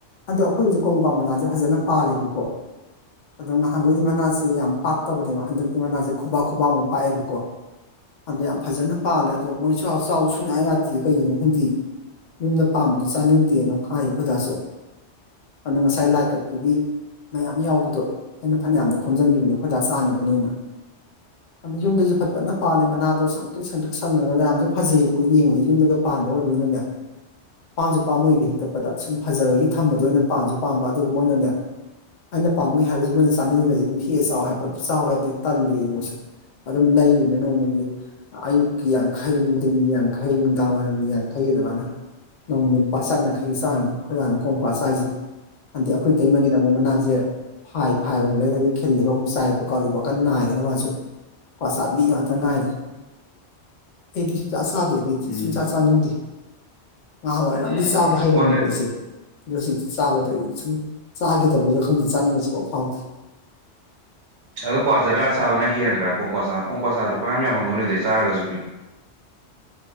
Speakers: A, on the left; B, on the right.
A: ꯑꯗꯣ ꯑꯩꯈꯣꯏ ꯍꯧꯤꯛ ꯀꯣꯝ ꯀ꯭ꯋꯥ ꯃꯅꯥꯖꯦ ꯐꯖꯅ ꯄꯥꯜꯂꯤꯕꯀꯣ ꯑꯗꯣ ꯉꯍꯥꯟꯒꯩꯗꯤ ꯃꯅꯥꯁꯦ ꯌꯥꯝ ꯄꯥꯛꯇꯕꯅꯦꯕ ꯍꯟꯗꯛꯇꯤ ꯃꯅꯥꯖꯦ ꯈꯨꯕꯥꯛ ꯈꯨꯕꯥꯛ ꯃꯨꯛ ꯄꯥꯛꯑꯦꯕꯀꯣ ꯑꯗꯣ ꯌꯥꯝ ꯐꯖꯅ ꯄꯥꯜꯂꯦ ꯑꯗꯣ ꯃꯣꯏ ꯆꯥꯎ ꯆꯥꯎ ꯁꯨꯡꯌꯥ ꯌꯥꯗꯦ ꯀꯩꯒꯤꯅꯣ ꯈꯪꯗꯤꯌꯦ ꯌꯨꯝꯗ ꯄꯥꯝꯕꯗꯨ ꯆꯥꯅꯤꯡꯗꯦꯅ ꯍꯥꯏ ꯑꯩꯈꯣꯏꯗꯥꯁꯨ ꯑꯗꯨ ꯉꯁꯥꯏ ꯂꯥꯏ ꯀꯠꯄꯒꯤ ꯃꯌꯥꯝ ꯌꯥꯎꯕꯗꯣ ꯑꯩꯅ ꯐꯅꯌꯥꯝꯗꯤ ꯈꯣꯝꯖꯟꯕꯤꯕꯅꯦ ꯑꯩꯈꯣꯏꯗꯥ ꯆꯥꯅꯕꯅꯦꯅ ꯑꯗꯨ ꯌꯨꯝꯗꯖꯨ ꯐꯖꯅ ꯄꯥꯜꯂꯦ ꯃꯅꯥꯗꯣ ꯁꯪꯇ꯭ꯔꯤꯛ ꯁꯪꯇ꯭ꯔꯤꯛ ꯁꯪꯉꯒ ꯃꯌꯥꯝꯖꯨ ꯐꯖꯩꯕꯀꯣ ꯌꯦꯡꯕꯗ ꯌꯨꯝꯗꯒ ꯄꯥꯟꯕ ꯑꯣꯏꯕꯅꯤꯅꯅꯦ ꯄꯥꯝꯖꯨ ꯄꯥꯝꯃꯨꯏꯕ ꯍꯦꯛꯇꯠꯄꯗ ꯁꯨꯝ ꯐꯖꯕꯒꯤ ꯊꯝꯕꯗꯣ ꯑꯣꯏꯅ ꯄꯥꯝꯖꯨ ꯄꯥꯝꯕ ꯑꯗꯨꯒ ꯃꯣꯏꯅꯅꯦ ꯑꯩꯅ ꯄꯥꯝꯃꯨꯏ ꯍꯥꯏꯔꯖꯨ ꯃꯣꯏꯅ ꯆꯥꯅꯤꯡꯉꯒꯗꯤ ꯑꯗꯨꯝ ꯍꯦꯛꯑꯥ ꯆꯥꯎ ꯍꯥꯏꯕ ꯑꯗꯨ ꯆꯥꯎ ꯌꯥꯗꯦ ꯇꯜꯂꯦꯌꯦ ꯃꯣꯏꯁꯨ ꯑꯗꯨꯝ ꯂꯩꯔꯤꯅꯦ ꯅꯣꯡꯃꯒꯤ ꯑꯌꯨꯛꯀꯤ ꯌꯥꯡꯈꯩꯃꯨꯛ ꯅꯨꯡꯗꯤꯟꯒꯤ ꯌꯥꯡꯈꯩ ꯅꯨꯡꯗꯥꯡꯋꯥꯏꯔꯝꯒꯤ ꯌꯥꯡꯈꯩ ꯑꯗꯨꯃꯥꯏꯅ ꯅꯣꯡꯃꯒꯤ ꯂꯨꯄꯥ ꯆꯥꯝ ꯌꯥꯡꯈꯩꯒꯤ ꯆꯥꯡꯅꯤ ꯑꯩꯈꯣꯏꯗꯥꯅ ꯀꯣꯡꯀ꯭ꯋꯥ ꯆꯥꯏꯖꯦ ꯑꯗꯤ ꯑꯩꯈꯣꯏ ꯏꯇꯩꯃꯒꯤꯅ ꯑꯃꯨꯛ ꯃꯅꯥꯖꯦ ꯐꯥꯏ ꯐꯥꯏ ꯑꯣꯏꯅ ꯂꯩꯔꯒ ꯈꯤꯜꯂꯒ ꯑꯃꯨꯛ ꯆꯥꯏꯕ <unintelligible> ꯀꯟ ꯅꯥꯏꯔꯒ ꯃꯥꯖꯨ ꯀ꯭ꯋꯥ ꯆꯥꯕꯤ ꯉꯥꯛꯇ ꯉꯥꯏꯔꯦ
B: <inaudible>
A: ꯑꯩꯗꯤ ꯁꯨꯡꯆꯥ ꯆꯥꯗꯦ ꯑꯗꯨꯗꯤ
B: ꯎꯝ
A: ꯁꯨꯡꯆꯥ ꯆꯥꯅꯤꯡꯗꯦ ꯉꯍꯥꯟꯋꯥꯏꯔꯣꯝꯗꯤ
B: ꯎꯝ
A: ꯆꯥꯕ ꯍꯩꯔꯝꯃꯦꯕ
B: ꯑꯣꯟꯅ
A: ꯑꯩꯖꯦ ꯑꯗꯣ ꯍꯨꯖꯤꯛꯇꯤ ꯆꯥꯕꯗꯣ ꯑꯩ ꯁꯨꯝ ꯆꯥꯒꯤꯗꯕꯩꯔ ꯈꯪꯗꯦ ꯆꯥꯅꯤꯡꯕ ꯁꯨꯡꯐꯥꯎ ꯐꯥꯎꯗꯦ
B: ꯑꯗꯣ ꯀ꯭ ꯋꯥ ꯖ꯭ꯔꯗꯥ ꯆꯥꯕꯅ ꯍꯦꯟꯕ꯭ꯔ ꯀꯣꯡꯀ꯭ꯋꯥ ꯆꯥ ꯀꯣꯡꯀ꯭ꯋꯥ ꯆꯥꯕꯗꯤ ꯄꯪꯌꯥꯝ‌ ꯌꯥꯝꯉꯝꯃꯣꯏ ꯅꯣꯏꯗꯩ ꯆꯥꯔꯒꯖꯨ ꯃꯤ